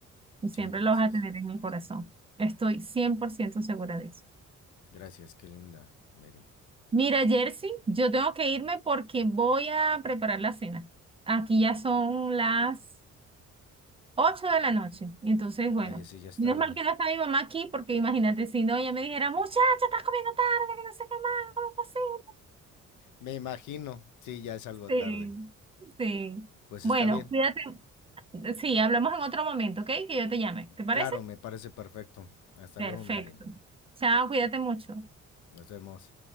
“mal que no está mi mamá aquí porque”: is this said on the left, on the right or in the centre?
Right